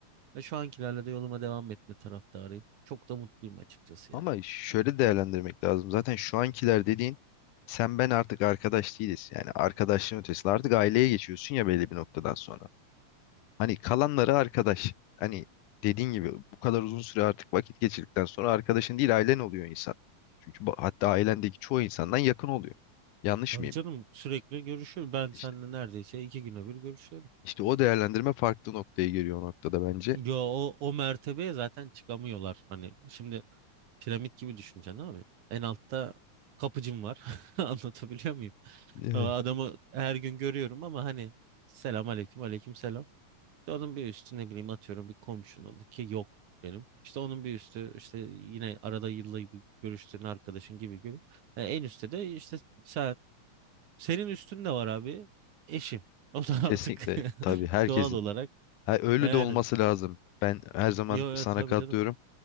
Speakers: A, on the right (about 70°); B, on the left (about 80°).
A: Ve şu ankilerle de yoluma devam etme taraftarıyım. Çok da mutluyum açıkçası
B: Ama
A: ya.
B: şöyle değerlendirmek lazım. Zaten şu ankiler dediğin sen ben artık arkadaş değiliz. Yani arkadaşlığın ötesinde artık aileye geçiyorsun ya belli bir noktadan sonra. Hani kalanları arkadaş. Hani dediğin gibi bu kadar uzun süre artık vakit geçirdikten sonra arkadaşın değil ailen oluyor insan. Çünkü bu- hatta ailendeki çoğu insandan yakın oluyor. Yanlış
A: Tabii
B: mıyım?
A: canım sürekli görüşüyor. Ben
B: İşte,
A: seninle neredeyse iki güne bir görüşüyorum.
B: işte o değerlendirme farklı noktaya geliyor o noktada bence.
A: Yo, o, o mertebeye zaten çıkamıyorlar. Hani şimdi piramit gibi düşüneceksin abi. En altta kapıcım var. <laughs> Anlatabiliyor muyum?
B: Evet.
A: O adamı her gün görüyorum ama hani selam aleyküm aleyküm selam. İşte onun bir üstü ne bileyim atıyorum bir komşun oldu ki yok benim. İşte onun bir üstü işte yine arada yılda bir görüştüğün arkadaşın gibi gibi. E, en üstte de işte sen. Senin üstün de var abi. Eşim. <laughs> O da
B: Kesinlikle
A: artık
B: tabii
A: <laughs>
B: herkesin.
A: doğal olarak
B: Ha, öyle
A: yani.
B: de olması lazım. Ben her zaman
A: Yo,
B: sana
A: yo, tabii
B: katılıyorum.
A: canım.